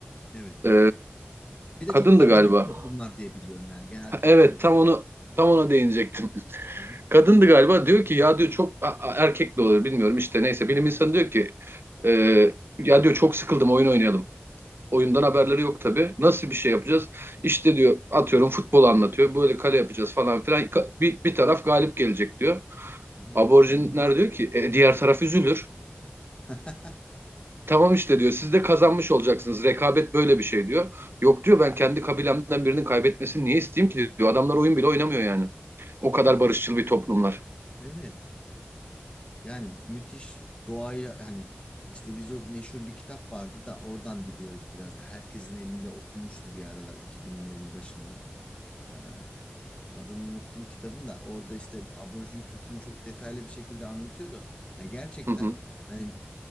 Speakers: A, on the left (about 25°); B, on the right (about 60°).
A: Evet.
B: E,
A: Bir de
B: kadındı
A: çok barışçı
B: galiba.
A: bir toplumlar diye biliyorum yani genel
B: Ha,
A: kültür
B: Evet
A: olarak.
B: tam onu tam ona değinecektim. <laughs>
A: Hı hı.
B: Kadındı galiba diyor ki ya diyor çok a, a- erkek de olur bilmiyorum işte neyse bilim insanı diyor ki e, ya diyor çok sıkıldım oyun oynayalım. Oyundan haberleri yok tabii. Nasıl bir şey yapacağız? İşte diyor atıyorum futbol anlatıyor. Böyle kale yapacağız falan filan. Ka- Bir, bir taraf galip gelecek diyor.
A: Hı hı.
B: Aborjinler diyor ki "E, diğer taraf üzülür.
A: <laughs>
B: Tamam işte diyor siz de kazanmış olacaksınız. Rekabet böyle bir şey diyor. Yok diyor ben kendi kabilemden birinin kaybetmesini niye isteyeyim ki diyor. Adamlar oyun bile oynamıyor yani. O kadar
A: Ya
B: barışçıl bir toplumlar.
A: evet. Yani müthiş doğayla hani işte biz o meşhur bir kitap vardı da oradan biliyoruz biraz da. Herkesin elinde okunmuştu bir aralar 2000'lerin başında. Ee, Adını unuttum kitabın da orada işte aborjin kültürünü çok detaylı bir şekilde anlatıyordu. Yani gerçekten
B: Hı hı.
A: hani